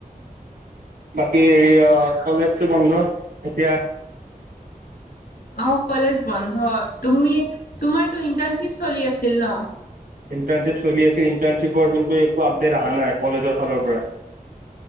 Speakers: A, on the right; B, on the left.
A: বাকী হ অ' কলেজটো বন্ধ এতিয়া!
B: অ' কলেজ বন্ধ তুমি তোমাৰটো ইণ্টাৰণশ্বিপ চলি আছিল ন?
A: ইণ্টাৰ্ণশ্বিপ চলি আছিল ইণ্টাৰ্ণশ্বিপৰ কিন্তু একো আপডেট অহা নাই কলেজৰ ফালৰ পৰাই। <inaudible>